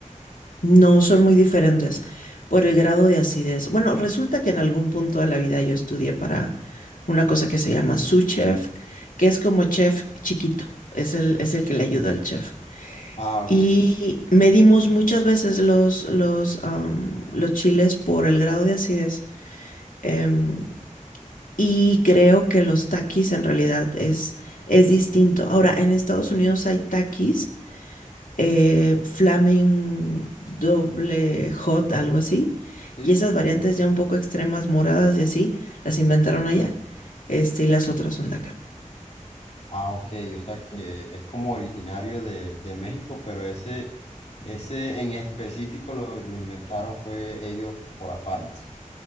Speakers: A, on the left; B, on the left.
A: no son muy diferentes por el grado de acidez. Bueno, resulta que en algún punto de la vida yo estudié para una cosa que se llama sous chef, que es como chef chiquito, es el, es el que le ayuda al chef.
B: Ah, ok.
A: Y medimos muchas veces los, los, am, los chiles por el grado de acidez. em, y creo que los takis en realidad es, es distinto. Ahora, en Estados Unidos hay takis eh, Flamen doble hot, algo así.
B: ¿sí?
A: Y esas variantes ya un poco extremas, moradas y así, las inventaron allá. Este, y las otras son de acá.
B: Ah, ok. O sea que es como originario de, de México, pero ese, ese en específico lo, lo inventaron fue ellos por aparte.